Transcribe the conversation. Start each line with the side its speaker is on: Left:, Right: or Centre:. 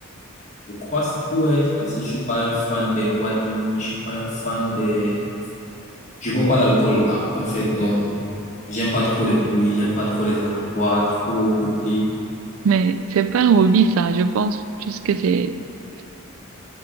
Left: je crois que c'est tout, ouais. Parce que je suis pas un fan des boîtes de nuit, je suis pas un fan des... Je bois pas l'alcool, là, en fait, donc j'aime pas trop les bruits, j'aime pas trop les endroits trop peuplés.
Right: Mais c'est pas un hobby ça. Je pense plus que c'est. <laughs>